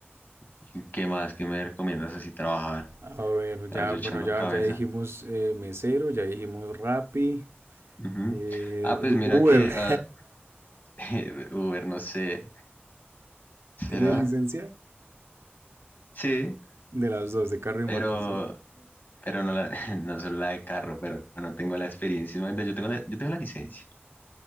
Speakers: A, on the left (about 45°); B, on the right (about 85°).
A: ¿Y qué más? ¿Qué me recomiendas así trabajar?
B: A ver,
A: Estaba
B: ya,
A: yo
B: bueno,
A: echando
B: ya,
A: cabeza.
B: ya dijimos eh, mesero, ya dijimos Rappi,
A: Ujú.
B: eh,
A: Ah, pues
B: du-
A: mira
B: Uber.
A: que
B: <laughs>
A: ah, <laughs> Uber, no sé. ¿Será?
B: ¿Tiene licencia?
A: Sí,
B: De las dos, de carro y
A: pero
B: moto, sí.
A: pero no, la, <laughs> no solo la de carro, pero no tengo la experiencia. Imagínate, Yo tengo la, yo tengo la licencia.